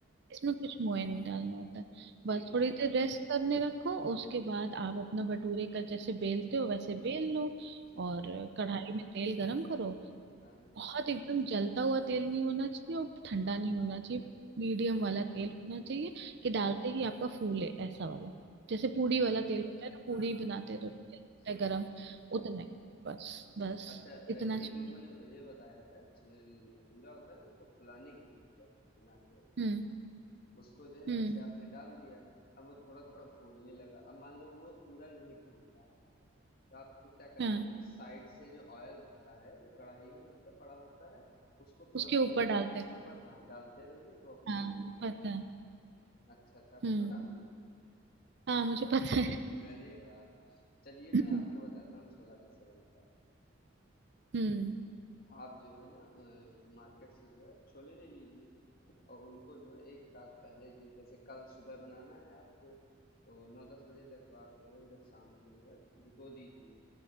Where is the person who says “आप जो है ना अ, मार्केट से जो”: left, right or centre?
Left